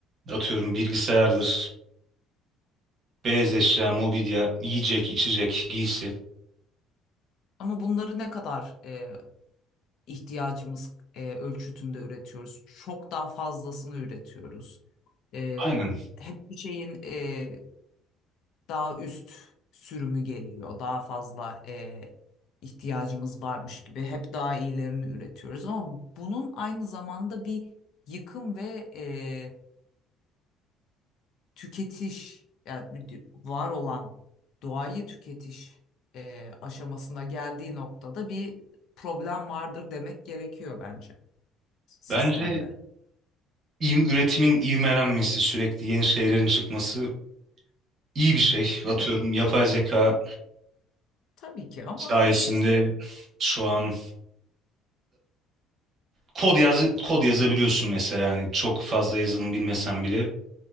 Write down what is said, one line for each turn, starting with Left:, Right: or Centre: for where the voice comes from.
Right: Atıyorum bilgisayardır, beyaz eşya, mobilya, yiyecek, içecek, giysi.
Left: Ama bunları ne kadar e, ihtiyacımız e, ölçütünde üretiyoruz? Çok daha fazlasını üretiyoruz. E,
Right: Aynen.
Left: hep bir şeyin e, daha üst sürümü geliyor. Daha fazla e, ihtiyacımız varmış gibi hep daha iyilerini üretiyoruz. Ama bunun aynı zamanda bir yıkım ve e, tüketiş yani var olan doğayı tüketiş e, aşamasına geldiği noktada bir problem vardır demek gerekiyor bence sistemde.
Right: Bence im- üretimin ivmelenmesi, sürekli yeni şeylerin çıkması iyi bir şey.
Left: Evet.
Right: Atıyorum yapay
Left: Ya,
Right: zeka
Left: ama Tabii ki ama
Right: sayesinde
Left: işte
Right: şu an kod yaz kod yazabiliyorsun mesela hani çok fazla yazılım bilmesen bile.